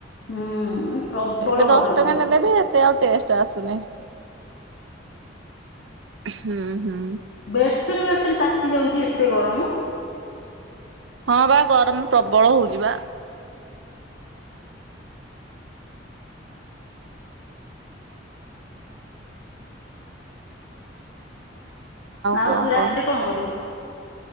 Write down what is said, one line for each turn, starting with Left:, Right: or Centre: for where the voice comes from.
Left: ହୁଁ ପ୍ରବଳ
Right: ଏବେ ଦଶ
Left: ଗରମ
Right: ଟଙ୍କା ନେଲେ ବି ଏତେ ଆଉ ଟେଷ୍ଟ ଆସୁନି ହୁଁ ହୁଁ
Left: ବେଡସିଟ ବେଡସିଟ ତାତି ଯାଉଛି ଏତେ ଗରମ
Right: ହଁ ବା ଗରମ ପ୍ରବଳ ହଉଛି ବା
Left: ଆଉ
Right: କଣ
Left: ତୁ
Right: କହ?
Left: ରାତିରେ କଣ କରିବୁ?